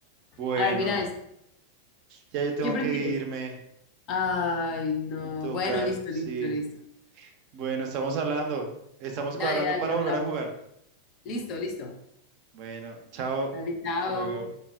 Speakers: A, on the right (about 45°); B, on the left (about 40°).
A: Bueno,
B: A ver, mira esto.
A: ya yo tengo
B: ¿Qué prefieres?
A: que irme,
B: Ay, no.
A: me toca,
B: Bueno, listo,
A: sí.
B: listo, listo.
A: Bueno, estamos hablando, estamos
B: Dale,
A: cuadrando
B: dale,
A: para
B: hablamos.
A: volver a jugar.
B: Listo, listo.
A: Bueno, chao,
B: Dale, chao.
A: hasta luego.